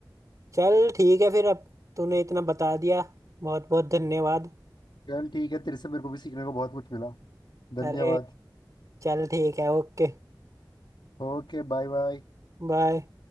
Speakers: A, on the right; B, on the left.
A: चल ठीक है फिर अब तूने इतना बता दिया बहुत बहुत धन्यवाद
B: चल ठीक है तेरे से मेरे को भी सीखने को बहुत कुछ मिला धन्यवाद
A: अरे चल ठीक है ओके
B: Okay bye bye
A: बाय